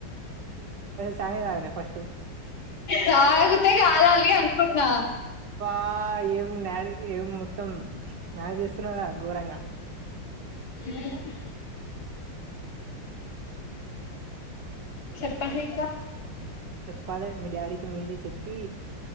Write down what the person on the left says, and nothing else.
తాగుతే కాలాలి అనుకున్నా
ఏమి చెప్పండి ఇంకా